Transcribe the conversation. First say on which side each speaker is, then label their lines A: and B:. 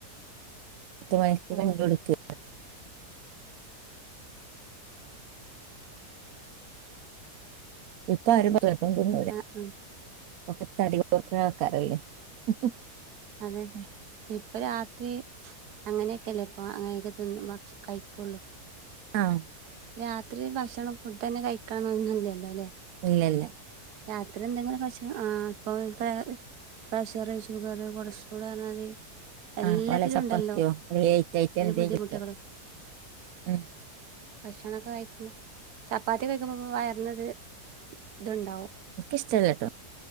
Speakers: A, on the right; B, on the right.
A: പത്ത് മണിക്ക്
B: ഓഹ്
A: കണ്ട കൊടുക്ക ഇപ്പ ക്ക എളുപ്പം തിന്നൂലാ
B: ആഹ് ആഹ്
A: ഓക്കെ തടികുറച്ചണ ആൾക്കാറല്ലേ ഉംഹ്
B: അതെതെ ഇപ്പൊ രാത്രി അങ്ങനെയൊക്കെല്ലേ ഇപ്പൊ അങ്ങനെയൊക്കെ തന്നെ ഭക്ഷ കഴിക്കുള്ളു
A: ആം
B: രാത്രി ഭക്ഷണം ഫുഡ് തന്നെ കഴിക്ക കാണന്നല്ലല്ലോ അല്ലെ
A: ഇല്ലല്ലേ
B: രാത്രി എന്തെങ്കിലും ഭക്ഷണം ആ ഇപ്പൊ ദാ പ്രഷറ് ഷുഗർ കൊളസ്ട്രാൾ പറഞ്ഞാല് എല്ലാത്തിലും
A: ആഹ് വള സപ്പ
B: ഉണ്ടല്ലോ
A: ആക്ത്തിയോ അ റ്റ് ഐറ്റ്
B: അതിന്റെ
A: എന്തക്ക
B: ബുദ്ധിമുട്ടുകളും
A: ഉം
B: ഭക്ഷണംമൊക്കെ കഴിക്കുമ്പോൾ ചപ്പാത്തി കഴിക്കുമ്പോ വയർന്നത് ഇതുണ്ടാവും
A: നക്ക് ഇഷ്ടല്ലട്ടോ